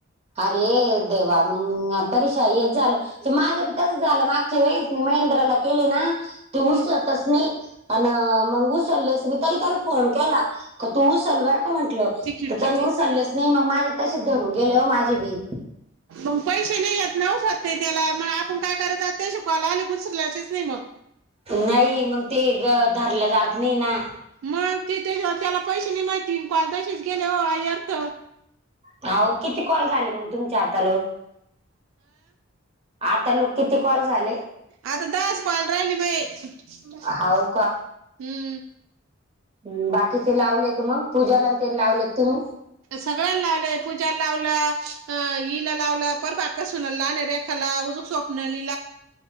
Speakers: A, on the right; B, on the right.
A: अरे देवा मंग आप ''--'' पररीशा हेच झालं तर माझं बी तसं झालं मागच्या वेळेस मी महेंद्राला केले ना. ते
B: हम्म
A: उचलतच नाही पण मग उचललेस मी तरी. फोन केला का तू उचल बर का म्हंटलं
B: ती खिडकी
A: तर त्यानी
B: ती
A: उचलले ''--'' नाही मग माझे तसेच धरून गेले हो माझे बी.
B: मग पैसे नाही य नवसात त्याला मग आपण काय करत आ ते श कॉला आले घुसरल असच नाही मग.
A: नाही मग ते ग धरलं जात नाही ना.
B: मग तिथं त्याला पैसे नाही माहिती कॉल तसेच गेले हो यारत.
A: हव किती कॉल झाले मग तुमच्या आता लो. आता लोक किती कॉल झाले.
B: आता दास कॉल राहिली बाई हम्म.
A: हाव ह बाकीचे लावलेत मग पूजाला ते लावलेत तुम्ही.
B: सगळ्यां लावलंय पूजा लावलं अ इईला लावलं परव अक सून लाणारे. ला उजक स्वप्नलली.